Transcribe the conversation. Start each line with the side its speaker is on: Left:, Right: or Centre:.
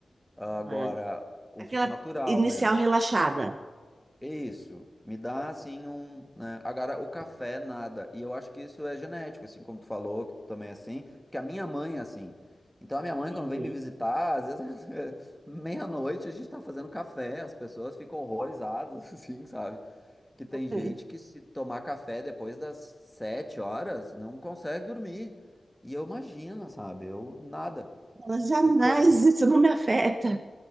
Centre: Agora,
Right: Uhum.
Centre: um
Right: Aquela
Centre: suco natural
Right: inicial
Centre: mesmo.
Right: relaxada.
Centre: Isso, me dá assim um, né? Agora o café nada. E eu acho que isso é genético, assim como tu falou, que tu também é assim, porque a minha mãe é assim. Então a minha mãe
Right: Entendi.
Centre: quando vem me visitar, às vezes <laughs> meia-noite a gente tá fazendo café, as pessoas ficam horrorizadas, <laughs> assim, sabe? Que tem gente
Right: Uhum.
Centre: que se tomar café depois das sete horas não consegue dormir. E eu imagino, sabe? Eu nada.
Right: Ela jamais,
Centre: O que é
Right: isso não me afeta.